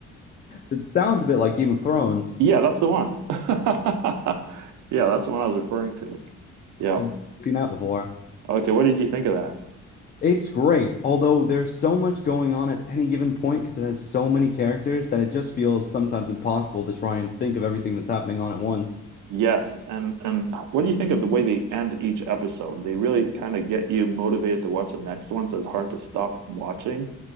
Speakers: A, on the left; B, on the right.
A: It sounds a bit like Game of Thrones.
B: Yeah, that's the one. <laughs> Yeah, that's the one I was referring to. Yeah.
A: I've seen that before.
B: Okay, what did you think of that?
A: It's great, although there's so much going on at any given point because it has so many characters that it just feels sometimes impossible to try and think of everything that's happening on at once.
B: Yes. And and what do you think of the way they end each episode? They really kind of get you motivated to watch the next one, so it's hard to stop watching.